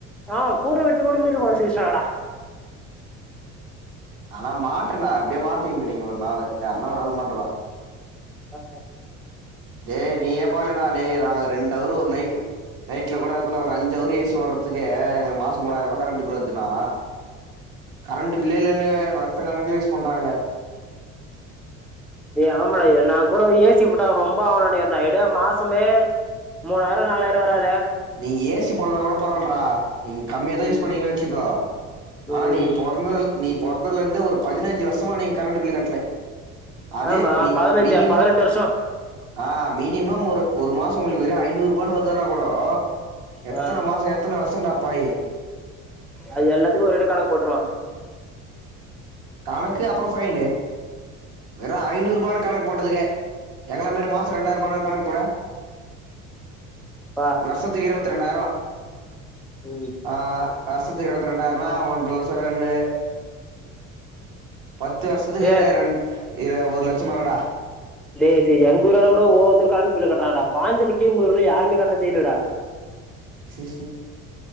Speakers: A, in the centre; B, on the right.
A: ஆ கூர வீட்ரு கூட மீட்ரு பாசி இஷ்டாகடா
B: ஆனா மாட்ரன்டா அப்டியே மாட்டுவீங்க நீங்க ஒரு நாளு யார்னா ஒரு ஆள் மாட்டுவா
A: ஆ
B: டேய் நீ ஏப் பாகலடா டே நாங்க ரெண்டவரு ஒரு நைட்டு நைட்ல கூட எத்தனா ஒரு அஞ்சவுரு ஏ சி ஓர்றதுக்கே எங்களுகு மாச் மூனாயர் ரூவா கரண்ட் பில் ஏத்னா கரண்ட் பில்லே இல்லனு வருஷ கணக்ல யூஸ் பண்றாங்ளே
A: ஏய் ஆமாடா ஏ நா கூட ஏசி போட்டா ரொம்ப ஆவோன்டு இருந்தே எப்டியோ மாசமே மூனாயிரோ நாலாயிரோ வராது
B: நீங்க ஏசி போட்லனா கூட பரவால்ரடா நீங்க கம்மியா தா
A: ம்
B: யூஸ் பண்ணீங்கன் வச்சுக்கோ ஆனா
A: ம்
B: நீங்க பொறந்தது நீ பொறந்தல இருந்தே ஒரு பதினஞ்சு வருஷமா நீங் கரண்ட் பில்லு கட்ல அதே
A: ஆமா
B: நீ
A: பதினஞ்சா
B: மினிமம்
A: பதினெட்டு வருஷோ
B: ஆ மினிமம் ஒரு ஒரு மாசோ உங்ளுக்கு வெறு ஐநூறு ரூபான்னு வருதுனா கூடோ எத்தன
A: ஆ
B: மாசோ எத்தன வருஷன்டா போயி
A: அது எல்லாத்துக்கு ஒரு தட கணக்கு போட்ருவோ
B: கணக்கு அப்றோ ஃபைனு வெறு ஐநூறு ரூபான் கணக் போட்டதுக்கே எங்கள மாரி மாசோ ரெண்டாயிர் ரூபானா கணக்கு போடு
A: பா
B: வர்ஷத்துக்கு இருவத்துரெண்டாயிரோ
A: ஓ
B: ஆ வருசத்து இருபத்தி ரெண்டாயிரண்ணா ஒன்றரை லட்சோ ரெண்டு பத்து வருஷத்துக்கு
A: டே
B: ரெண் எ ஒரு லட்சம் மேலடா
A: டேய் செரி எங்க ஊரளவோட ஒ ஒருத்தங்க கரண்டு பில்லு கட்றாங்கடா பாஞ்சுலிக்கீமு ஊர்ல யாருமே கட்றது இல்லடா
B: சரி சரி